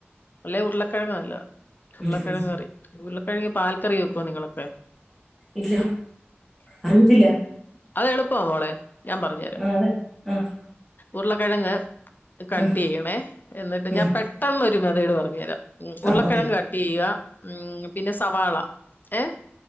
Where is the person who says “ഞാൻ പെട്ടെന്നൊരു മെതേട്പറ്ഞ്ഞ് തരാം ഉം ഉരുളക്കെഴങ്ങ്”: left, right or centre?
Left